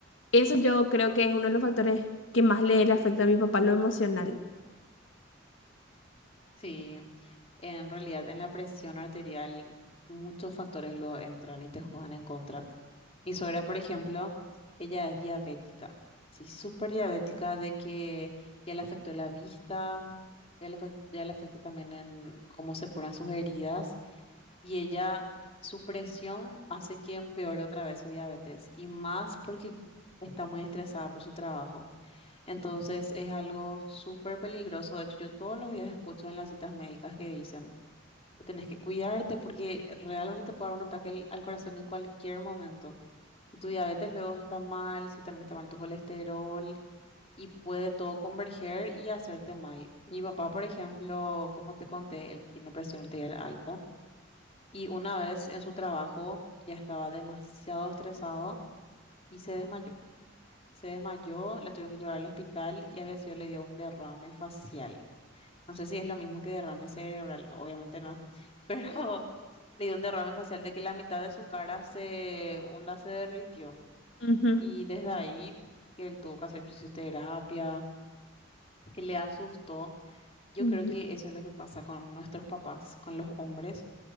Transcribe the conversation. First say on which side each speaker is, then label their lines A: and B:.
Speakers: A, on the left (about 75°); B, on the left (about 30°).
A: Eso yo creo que es uno de los factores que más le, le afecta a mi papá, lo emocional.
B: Sí, en realidad en la presión arterial muchos factores lo entran y te juegan en contra. Mi suegra, por ejemplo, ella es diabética, sí, súper diabética de que ya le afectó la vista, ya le, afec- ya le afectó también en cómo se curan sus heridas y ella, su presión hace que empeore otra vez su diabetes y más porque está muy estresada por su trabajo. Entonces es algo súper peligroso. De hecho, yo todos los días escucho en las citas médicas que dicen que tenés que cuidarte porque realmente te puede dar un ataque al al corazón en cualquier momento. Si tu diabetes luego está mal, si también está mal tu colesterol y puede todo converger y hacerte mal. Mi papá, por ejemplo, como te conté, él tiene presión arterial alta y una vez en su trabajo ya estaba demasiado estresado y se desmayó. Se desmayó, le tuvieron que llevar al hospital y había sido, le dio un derrame facial. No sé si es lo mismo que derrame cerebral, no, obviamente no, <laughs> pero le dio un derrame facial de que la mitad de su cara se, onda, se derritió.
A: Ujú.
B: Y desde ahí, que él tuvo que hacer fisioterapia, que le asustó. Yo
A: Ujú.
B: creo que eso es lo que pasa con nuestros papás, con los hombres,